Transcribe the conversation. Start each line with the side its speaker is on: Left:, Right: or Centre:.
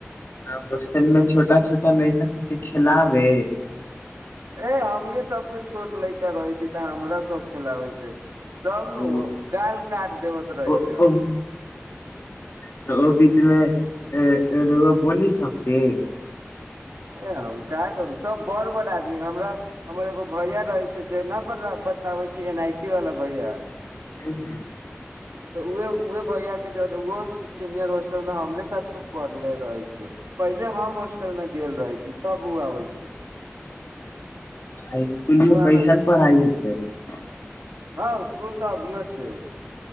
Left: ह होस्टल मे छोटा छोटा लड़का सबके खिलाबे।
Right: ए हमीे सबसँ छोट लड़का रहै छी तऽ हमरा सब खेलाबै छै। तब नु
Left: ओ
Right: गाल काट देबत रहे
Left: ओ
Right: छै हमर
Left: ओ त ओ बीचमे ए ए रौआ बोली सबके?
Right: ए हम क करू सब बड़ बड़ आदमी हमरा हमर एगो भैया रहै छै जे ना बताबै छी एनाहयते वाला भैया।
Left: हू हू
Right: तऽ उ उे भैया के जरे ओ सीनियर होस्टल मे हमरे साथ पढ़ले रहै छी। पहिले हम हॉस्टल में गेल रहे छी। तब ओ आबै छै।
Left: आ इसकूल
Right: ओ
Left: मे
Right: हमरा
Left: कैसन पढ़ाई होइ? त
Right: हँ स्कुल तऽ अभियो छै ओ।